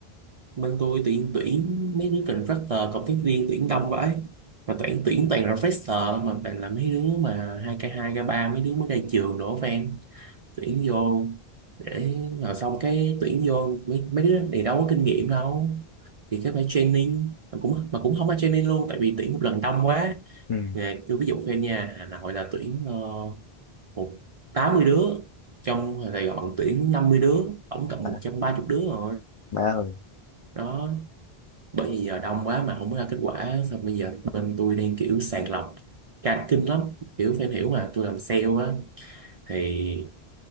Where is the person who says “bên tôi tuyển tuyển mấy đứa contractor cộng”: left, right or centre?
Right